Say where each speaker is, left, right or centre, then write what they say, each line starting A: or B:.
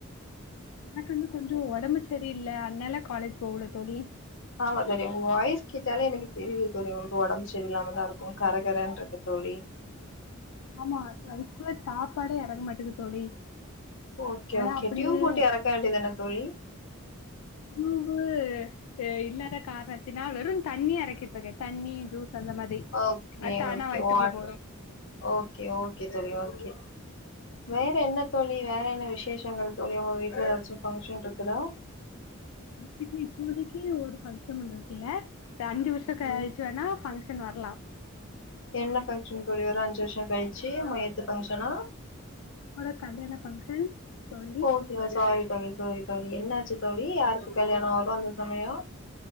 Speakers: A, on the left (about 85°); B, on the left (about 60°).
A: எனக்கு வந்து கொஞ்சொ ஒடம்பு செரியில்ல அதனால காலேஜ் போகல தோழி
B: ஆமா தோழி உங்க வாய்ஸ் கேட்டாலே எனக்கு தெரிது தோழி ரொம்ப ஒடம்பு செரில்லாமதா இருக்கு கரகரன்றுக்கு தோ தோழி
A: ஆமா அதுஅதுகுள்ள சாப்பாடே எறங்க மாட்டுது தோழி
B: ஓகே
A: அதா
B: ஓகே
A: அப்டியே
B: டியூ போட்டு எறக்க வேண்டியதான தோழி
A: டூபு அ இல்லாத காரணத்தினால் வெறும் தண்ணி அரைக்கெ தோழி தண்ணி ஜூஸ் அந்த மாதிரி
B: ஓகே
A: அது தானா
B: ஓகே
A: வயித்துக்குள்ள
B: வாட்டர்
A: போது
B: ஓகே ஓகே தோழி ஓகே வேற என்ன தோழி வேற என்ன விசேஷங்கள் தோழி உங்க வீட்ல ஏதாச்சு ஃபங்க்ஷன் இருக்குதா
A: எ வீட்டுல இப்போதைக்கு ஒரு ஃபங்க்ஷன் வந்ததுல்ல ந்த அஞ்சு வருஷொ கழுச்சு
B: ம்
A: வேனா ஃபங்க்ஷன் வரலா
B: என்ன ஃபங்க்ஷன் தோழி ஒரு அஞ்சு வருஷோ கழிச்சு மயத்து பங்க்ஷனா
A: என்னோட கல்யாண ஃபங்க்ஷன் தோழி
B: ஓகே சாரி தோழி சாரி தோழி என்னாச்சு தோழி யாருக்கு கல்யாண பந்த சமய